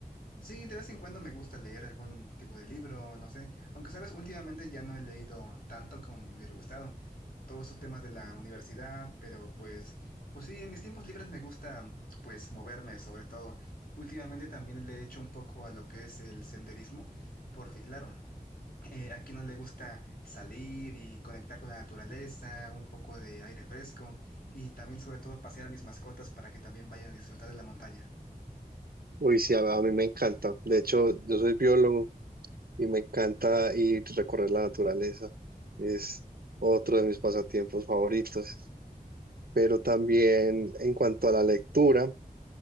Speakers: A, on the left; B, on the right.
A: Sí, de vez en cuando me gusta leer algún tipo de libro, no sé. Aunque, sabes, últimamente ya no he leído tanto como me hubiera gustado. Todos esos temas de la universidad, pero pues, pues sí, en mis tiempos libres me gusta, pues, moverme sobre todo. Últimamente también le he hecho un poco a lo que es el senderismo, porque claro, eh, a quien no le gusta salir y conectar con la naturaleza, un poco de aire fresco y también sobre todo pasear a mis mascotas para que también vayan a disfrutar de la montaña.
B: Uy, sí, a, a mí me encanta. De hecho, yo soy biólogo y me encanta ir a recorrer la naturaleza. Es otro de mis pasatiempos favoritos. Pero también en cuanto a la lectura,